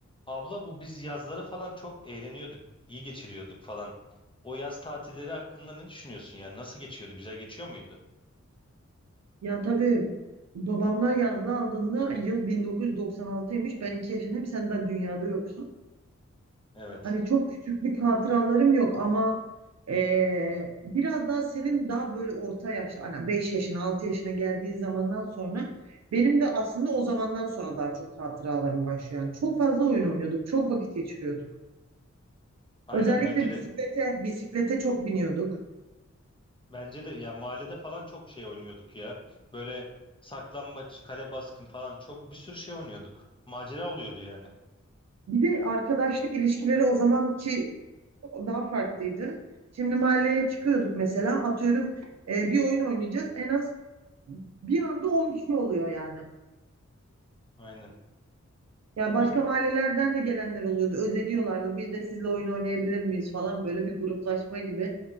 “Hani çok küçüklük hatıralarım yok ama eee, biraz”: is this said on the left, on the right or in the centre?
Right